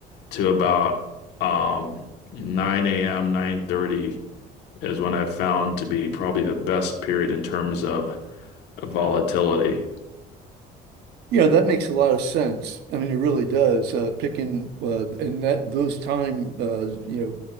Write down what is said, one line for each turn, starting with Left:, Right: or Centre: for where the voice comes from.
Left: to about um, 9 a.m., 9:30 is when I've found to be probably the best period in terms of volatility.
Right: Yeah, that makes a lot of sense. I mean, it really does. Uh, picking uh, and that those time uh, you know